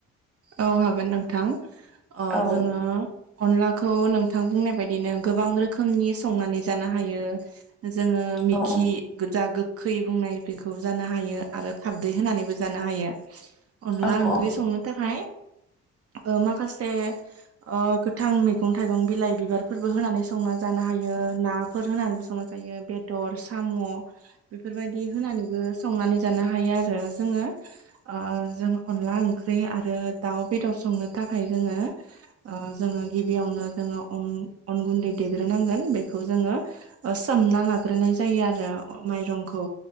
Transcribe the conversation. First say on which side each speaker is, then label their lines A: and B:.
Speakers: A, on the right; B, in the centre.
A: औ हागोन नोंथां अ
B: औ
A: जोङो अनलाखौ नोंथां बुंनाय बायदिनो गोबां रोखोमनि संनानै जानो हायो जोङो मिखि
B: औ
A: गोजा गोखै बुंनाय बेखौ जानो हायो आरो खारदै होनानैबो जानो हायो अनला
B: औ
A: ओंख्रि
B: औ
A: संनो थाखाय ओ माखासे अ' गो थां मैगं थाइगं बिलाइ बिबारफोरबो होनानै संना जानो हायो ना फोर होनानैबो संनाय जायो बेदर साम' बेफोरबायदि होनानैबो संनानै जानो हायो आरो जोङो ओ जों अनला ओंख्रि आरो दाउ बेदर संनो थाखाय जोङो ओ जोङो गिबियावनो जोङो अन अन गुन्दै देग्रोनांगोन बेखौ जोङो ओ सोमना लाग्रोनाय जायो आरो माइरंखौ